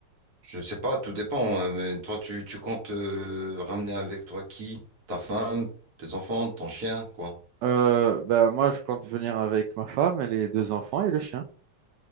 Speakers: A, on the right; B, on the right.
A: je sais pas, tout dépend. hein, mais toi, tu, tu comptes euh, ramener avec toi qui? Ta femme, tes enfants, ton chien, quoi?
B: Euh, ben moi, je compte venir avec ma femme et les deux enfants et le chien.